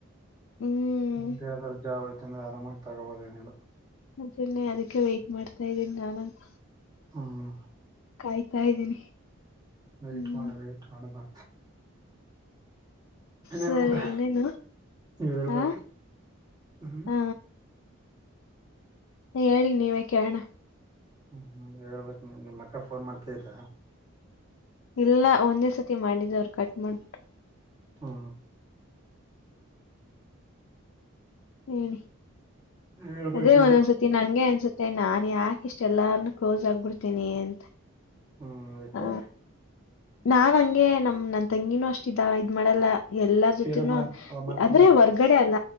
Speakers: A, on the left; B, on the right.
A: ಹ್ಮ್
B: ಮು್ದೆ ಯಾವಾದ್ರು ಜಾಬ್ ಆಯ್ತಂದ್ರೆ ಆರಾಮಾಗಿ ತಗೋಬೋದ ಏನು
A: ಮತ್ತೆನ್ನೆ ಅದಕ್ಕೆ ವೈಟ್ ಮಾಡ್ತಾ ಇದ್ದೀನಿ ನಾನಂತ
B: ಹ್ಮ್
A: ಕಾಯ್ತಾ ಇದ್ದೀನಿ
B: ವೈ್ಟಟ್
A: ಹ್ಮ್
B: ಮಾಡ ವೈ್ಟಟ್ ಮಾಡ ಬಾ ಇನೇನ್
A: ಸರಿ
B: ಮತ್ತ
A: ಇನ್ನೇನು
B: ನೀವ ಹೇಳ್ಬೇಕು
A: ಆ
B: ಹ್ಮ್
A: ಹ ಹೇಳಿ ನೀವೇ ಕೇಳಣ
B: ಹ್ಮ್ ಹ್ಮ್ ಹೇಳ್ಬೇಕಕ್ ನೀ ನಿನ್ ಮಕ್ಕ ಫೋನ್ ಮಾಡ್ತಯತ
A: ಇಲ್ಲ ಒಂದೇ ಸತಿ ಮಾಡಿದ ಅವರು ಕಟ್ ಮಾಡ್ಬ
B: ಹಾ
A: ಹ್ಮ
B: ಹೇಳ್ಬೇಕು
A: ಅದೇ ಒಂದೊಂದ್ಸತಿ ನಂಗೆ ಅನ್ಸತಿ ಅಷ್ಟೆ ನಾನನ್ ಯಾಕೆ ಇಷ್ಟ ಎಲ್ಲಾರ್ನು ಕ್ಲೋಸ್ ಆಗ್ಬಿಡ್ತೀನಿ ಅಂತ
B: ಹ್ಮ್ ಅದಕ್ಕೆ
A: ಆ, ನಾನ್ ಹಂಗೆ ನಮ ನನ್ ತಂಗಿನೂ ಅಷ್ಟ ಇದ ಇದ್ ಮಾಡಲ್ಲ ಎಲ್ಲಾ ಜೊತನೂಂಗ
B: ಇರು ಮಾಡ್ತ ಮಾಡ್ತೀನಿ
A: ಅಂದ್ರೆ
B: ಇರು
A: ಹೊರ್ಗಡೆ ಅಲ್ಲ